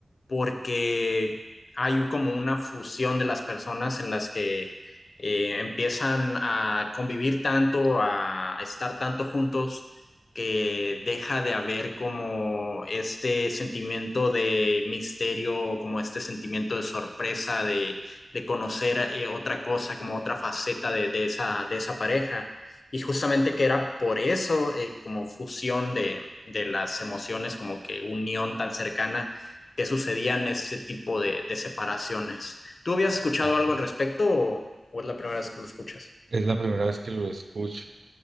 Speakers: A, on the left; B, on the right.
A: porque hay como una fusión de las personas en las que eh, empiezan a convivir tanto, a, a estar tanto juntos, que deja de haber como este sentimiento de misterio, como este sentimiento de sorpresa, de, de conocer eh, otra cosa, como otra faceta de, de, esa, de esa pareja. Y justamente que era por eso, eh, como fusión de, de, las emociones, como que unión tan cercana, que sucedían este tipo de de separaciones. ¿Tú habías escuchado
B: Ok.
A: algo al respecto o, o es la primera vez que lo escuchas?
B: Es la primera vez que lo escucho,